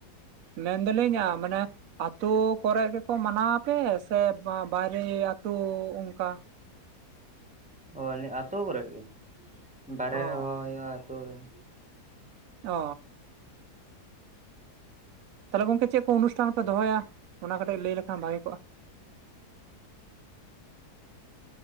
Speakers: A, on the right (about 65°); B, in the centre.
A: ᱢᱮᱱᱫᱟᱞᱤᱧ ᱟ ᱢᱟᱱᱮ ᱟᱹᱛᱳ ᱠᱚᱨᱮ ᱜᱮᱠᱚ ᱢᱟᱱᱟᱣ ᱟᱯᱮ ᱥᱮ ᱵᱟ-ᱵᱟᱭᱨᱮ ᱟᱹᱛᱳ ᱚᱱᱠᱟ
B: ᱚ ᱟᱞᱮ ᱟᱹᱛᱳ ᱠᱚᱨᱮᱜ ᱜᱮ ᱵᱟᱨᱮ
A: ᱚ
B: ᱨᱮᱦᱚ ᱦᱩᱭᱩᱜ-ᱟ ᱟᱹᱛᱩ ᱨᱮᱦᱚ᱾
A: ᱚ᱾ ᱛᱟᱦᱚᱞᱮ ᱜᱚᱝᱠᱮ ᱪᱮᱜ ᱠᱚ ᱚᱱᱩᱥᱴᱷᱟᱱ ᱯᱮ ᱫᱚᱦᱚᱭᱟ ᱚᱱᱟ ᱠᱟᱹᱴᱤᱡ ᱞᱟᱹᱭ ᱞᱮᱠᱷᱟᱱ ᱵᱷᱟᱜᱮ ᱠᱚᱜ-ᱟ᱾ <inaudible>